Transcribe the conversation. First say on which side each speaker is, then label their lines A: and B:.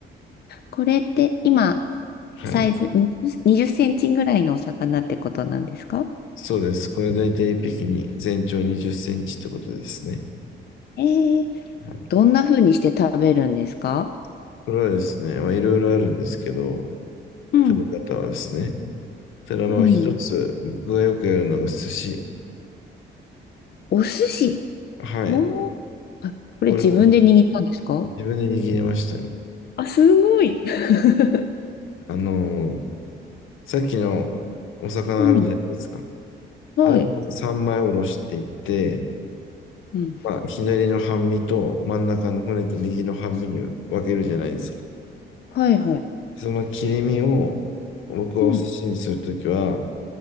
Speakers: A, on the left; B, on the left.
A: これって今、
B: はい。
A: サイズ20、20センチぐらいのお魚ってことなんですか
B: そうです。これ大体一匹に全長20センチってことですね。
A: ええ
B: はい。
A: どんな風にして食べるんですか
B: これはですね、まあいろいろあるんですけど、
A: うん、
B: 食べ方はですね。ただまあ一つ、
A: うん。
B: 僕がよくやるのが寿司。
A: お寿司。
B: はい。
A: おー、あ、これ自分で握ったんですか
B: これはですね、自分で握りましたよ。
A: あ、すごい。<laughs>
B: あのーさっきのお魚あるじゃないですか。
A: うん、はい。
B: アルバイ3枚おろしていって、
A: うん、
B: まあ、左の半身と真ん中の骨と右の半身に分けるじゃないですか。
A: はいはい。
B: その切り身を僕はお寿司にするときは
A: うん、